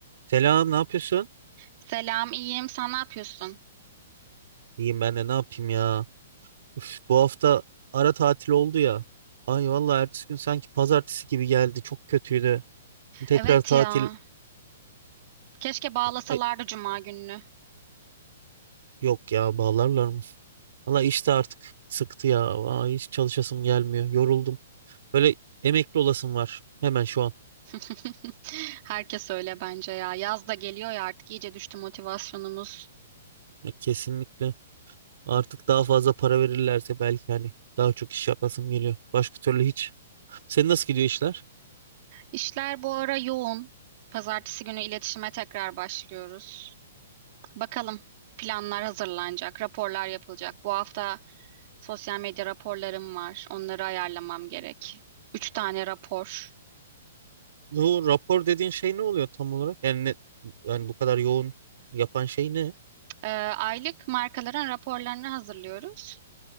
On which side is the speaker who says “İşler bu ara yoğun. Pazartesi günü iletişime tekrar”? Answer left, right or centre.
Right